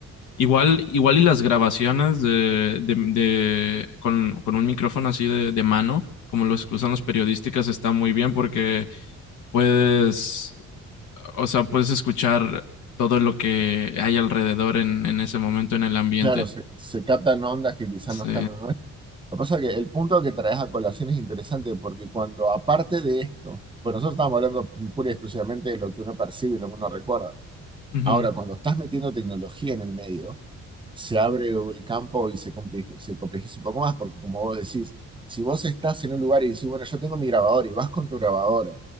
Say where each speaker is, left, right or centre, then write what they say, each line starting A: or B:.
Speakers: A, on the left; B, on the right.
A: Igual, igual y las grabaciones de, de, de- con, con un micrófono así de, de mano, como los que usan los periodísticas, está muy bien porque puedes, o sea, puedes escuchar todo lo que hay alrededor en, en ese momento en el ambiente.
B: Claro, se, se captan ondas que quizás
A: Sí,
B: no están en el nuestro. Lo que pasa es que el punto que traes a colación es interesante porque cuando aparte de esto, pues nosotros estamos hablando pura y exclusivamente de lo que uno percibe y lo que uno recuerda.
A: ujú,
B: Ahora, cuando estás metiendo tecnología en el medio, se abre el campo y se compleje- se complejiza un poco más porque como vos decís, si vos estás en un lugar y decís, bueno, yo tengo mi grabador y vas con tu grabadora